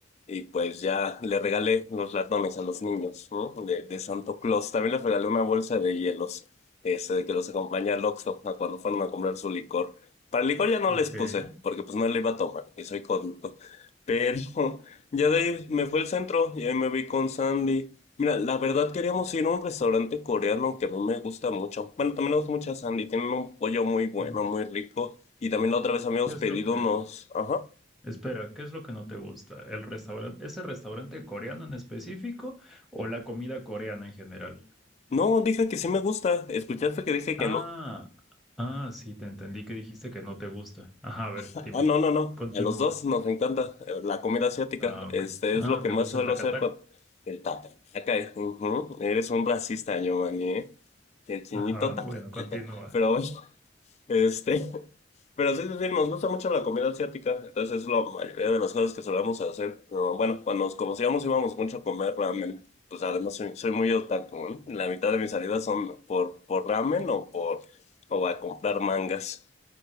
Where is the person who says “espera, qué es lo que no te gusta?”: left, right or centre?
Centre